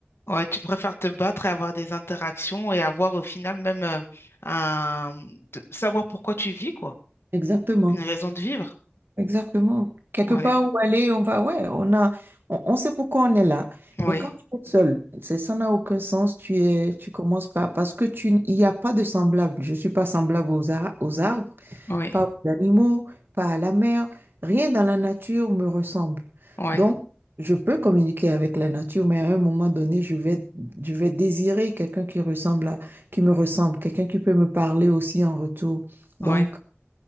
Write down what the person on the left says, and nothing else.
Ouais, tu préfères te battre et avoir des interactions et avoir au final même euh, un... de- savoir pourquoi tu vis, quoi.
Une raison de vivre.
Ouais,
oui,
oui,
oui,
oui,